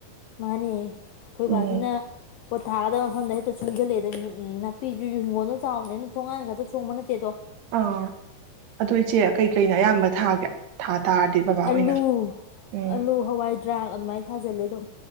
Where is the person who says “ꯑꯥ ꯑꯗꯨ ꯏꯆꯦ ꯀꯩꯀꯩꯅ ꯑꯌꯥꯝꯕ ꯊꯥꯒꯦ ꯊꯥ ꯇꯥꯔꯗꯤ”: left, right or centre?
Right